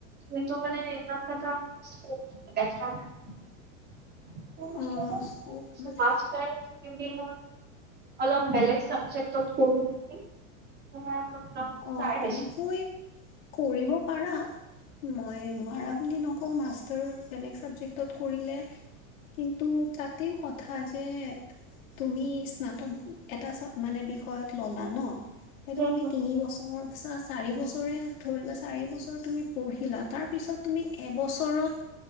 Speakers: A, on the right; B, on the left.
A: কিন্তু মানে এইবিলাক ক্ষেত্ৰত <unintelligible> দেখা নাই। <unintelligible>
B: অ স্কপ নাই
A: মাষ্টাৰ চেকেনডেৰি মোৰ। অলপ বেলেগ চাবজেক্টত কৰোঁ নেকি <unintelligible>
B: অ, তেনেকৈ
A: আছো।
B: কৰিব পাৰা মই নোৱাৰা বুলি ন আকৌ মাষ্টাৰ বেলেগ চাবজেক্টত কৰিলে কিন্তু তাতেও কথা যে তুমি স্নাতক এটা মানে বিষয়ত ল'লা ন' সেইটো
A: হম
B: তুমি
A: হম
B: তিনি বছৰ চা চাৰি বছৰে ধৰি লোৱা চাৰি বছৰ তুমি পঢ়িলা তাৰপিছত তুমি এবছৰত